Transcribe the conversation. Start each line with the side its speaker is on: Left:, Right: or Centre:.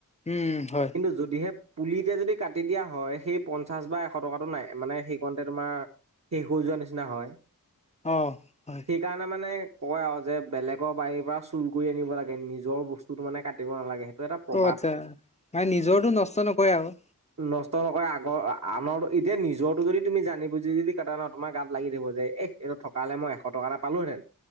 Left: উম হয়।
Right: কিন্তু যদিহে পুলিতে যদি কাটি দিয়া হয় সেই পঞ্চাছ বা এশ টকাটো নাই মানে সেইকণতে তোমাৰ শেষ হৈ যোৱাৰ নিচিনা হয়।
Left: অৱ, হয়।
Right: সেইকাৰণে মানে কয় আৰু যে বেলেগৰ বাৰীৰ পৰা চুৰ কৰি আনিব লাগে নিজৰ বস্তুটো মানে কাটিব নালাগে। এটা প্ৰবাদ
Left: অ আচ্ছা, মানে নিজৰটো নষ্ট নকৰে আৰু।
Right: নষ্ট নকৰে আগৰ আনৰ, এতিয়া নিজৰটো যদি তুমি জানি বুজি যদি কেইটান তোমাৰ গাত লাগি থাকিব যে এহ এইটো থকাে মই এশ টকা এ পালোহেতেন,